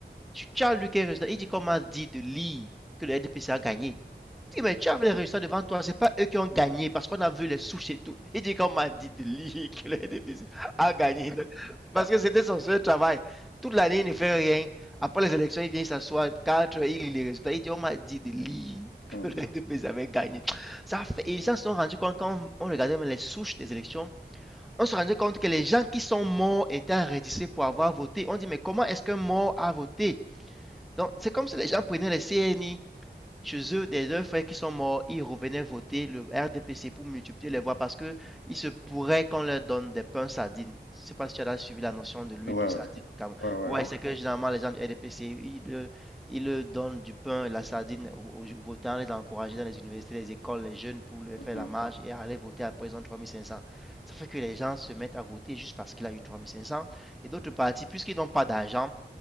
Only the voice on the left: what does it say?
Mmh
Ouais,
ouais.
Ouais, ouais,
ouais.
Mmh
mh.